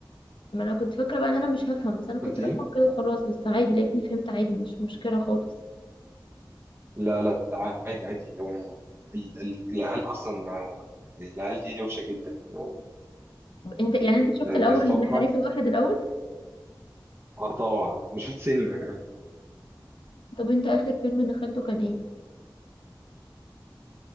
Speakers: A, on the left; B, on the right.
A: ما انا كنت فاكره بقى ان انا مش هفهم بس انا كنت
B: كنت ايه؟
A: رايحه كده وخلاص بس عادي لقيتني فهمت عادي مش مشكله خالص
B: لا لا عادي عادي هو أنا- ال- ال- العيال اصلا ما- يعني العيال دي روشه جدا ما
A: انت يعني انت شفت
B: ما-
A: الاول
B: ما عايز اتوقع
A: حريفه واحد الاول
B: اه طبعا شفت سينما كمان
A: طب انت اخر فيلم دخلته كان ايه